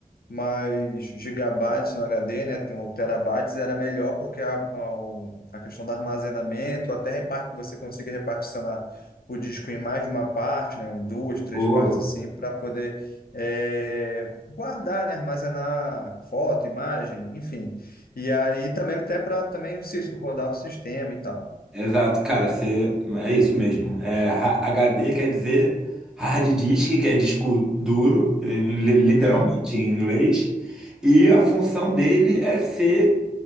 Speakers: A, on the left (about 85°); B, in the centre.
A: mas gigabytes no HD, né, tem o terabytes, era melhor porque a, a, o- a questão do armazenamento, até repar- você conseguir reparticionar o disco em mais de uma parte, né, em duas, três
B: Pô.
A: partes assim, para poder eh, guardar, né, armazenar foto, imagem, enfim. E aí também até para também o sis- rodar o sistema e tal.
B: Exato, cara, você, é isso mesmo. É, ha- H D quer dizer hard disk, que é disco duro, em- li- literalmente
A: Uhum.
B: em inglês, e a função dele é ser